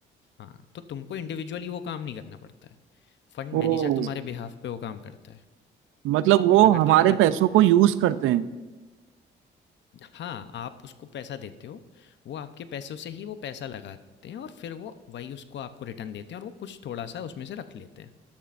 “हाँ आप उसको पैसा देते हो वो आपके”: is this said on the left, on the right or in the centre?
Left